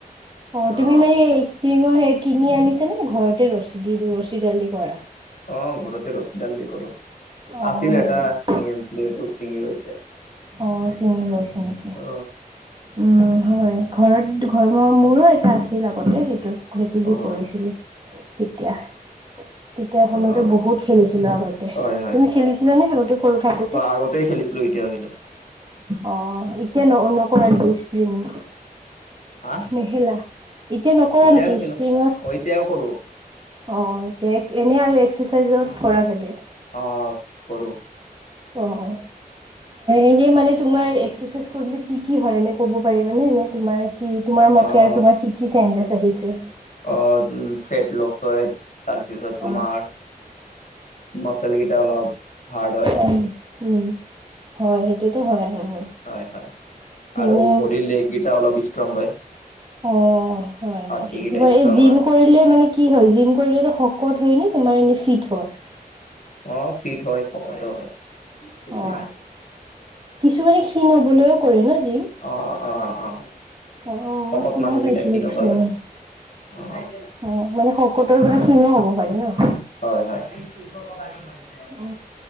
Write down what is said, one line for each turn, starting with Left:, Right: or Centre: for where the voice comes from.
Right: অঁ
Left: অ
Right: তুমি মানে এ ইচ স্পিঙৰ সেই কিনি আনিছেনে ঘৰতে ৰছী দি ৰছীডাল দি কৰা?
Left: অ ঘৰতে ৰছীডাল দি কৰো।
Right: অ
Left: আছিল
Right: হয়
Left: এটা
Right: নেকি
Left: কিনি আনিছিলো সেইটো ছিঙি গৈছে।
Right: অ ছিঙি গৈছে নেকি?
Left: অ।
Right: উম হয় ঘৰত ঘৰ ম মোৰো এটা আছিল আগতে সেইটো সেইটো দি
Left: অ
Right: কৰিছিলো
Left: অ
Right: তেতিয়া। তেতিয়া সময়তো
Left: অ
Right: বহুত খেলিছিলো আগতে,
Left: হয়
Right: তুমি খেলিছিলা নে আগতে সৰু থাকোতে?
Left: আগতেই খেলিছিলো এতিয়া কিন্তু।
Right: অ এতিয়া ন নকৰা নেকি স্প্ৰিং?
Left: হা?
Right: নেখেলা এতিয়া নকৰা
Left: এতিয়াও
Right: নেকি
Left: খেলো
Right: স্প্ৰিঙত?
Left: অ এতিয়াও কৰো
Right: অ। এতিয়া এনেই আৰু এক্সাৰচাইজত কৰা চাগে?
Left: অ কৰো।
Right: অ অ। এনেই মানে তোমাৰ এক্সাৰচাইজ কৰিলে কি কি হয় এনে ক'ব পাৰিবা নে এ তোমাৰ কি তোমাৰ
Left: অ',
Right: মতে আৰু তোমাৰ কি কি চেঞ্জেছ আহিছে?
Left: অ ফেট লছ হয় তাৰপিছত তোমাৰ
Right: অ
Left: মাচল কেইটা অলপ হাৰ্ড হয়।
Right: উম উম হয় সেইটোতো হয় উম।
Left: হয় হয় আৰু
Right: মানে
Left: ভৰিৰ লেগকেইটা অলপ ষ্ট্ৰং হয়।
Right: অ হয়
Left: হাৰ্ডি
Right: নেকি?
Left: কেইটা
Right: তোমাৰ
Left: ষ্ট্ৰং
Right: এই জিম
Left: হয়।
Right: কৰিলে মানে কি কি হয় জিম কৰিলেটো শকত হয় নে তোমাৰ এনেই ফিট হয়?
Left: অ ফিট হয় শকতো হয়। কিছুমান।
Right: অ কিছুমানে ক্ষীণ হবলৈও কৰে ন জিম?
Left: অ অ অ
Right: অ', অ
Left: শকত
Right: মই শুনা
Left: মানুহকেইটা
Right: পাইছিলো
Left: ক্ষিন
Right: কিছুমানে।
Left: হবৰ কাৰণে অ।
Right: অ মানে শকতৰ পৰা ক্ষিনো হব পাৰি ন?
Left: হয় হয় <unintelligible>
Right: অ